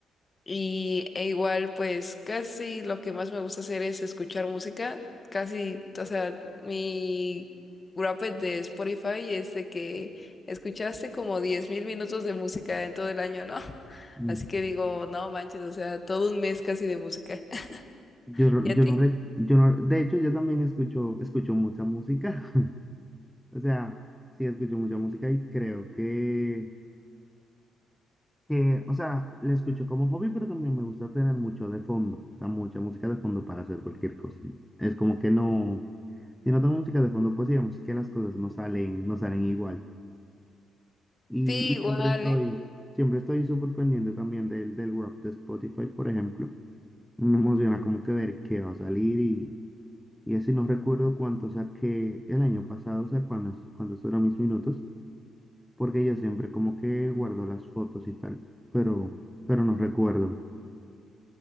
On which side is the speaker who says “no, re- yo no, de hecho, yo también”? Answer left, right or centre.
Centre